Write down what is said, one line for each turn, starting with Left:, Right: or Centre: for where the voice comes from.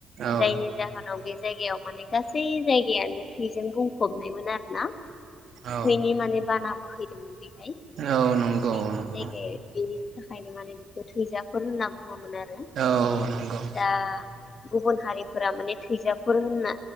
Right: औ
Left: जायनि जाहोनाव जायगायाव माने। गासै जायगायानो थैजों बुं हमनायमोन आरो ना
Right: औ
Left: थैनि माने बाना <inaudible> बेहाय
Right: औ नंगौ
Left: बे जायगायाव
Right: नंगौ
Left: बेनि थाखायनो माने बेखौ थैजाफोर होनना बुङोमोन आरो
Right: औ नंगौ
Left: दा गुबुन हारिफोरा माने थैजाफोर होनना